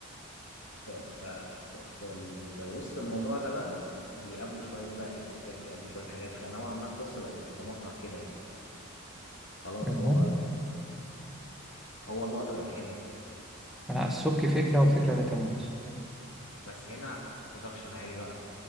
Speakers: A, on the left; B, in the centre.
A: ف... ف... ف... في, ال... في وسط الموضوع ده بقى بيقابلوا شوية بقى إيه ستات بيقابلوا شوية حاجات فنوعا ما القصة بقت بتتمحور كده يعني خلاص
B: أها.
A: هو هو اللقطة بقت هنا
B: آه، السبك فكره والفكره لا تموت
A: بس هنا برودكشن عالي بقى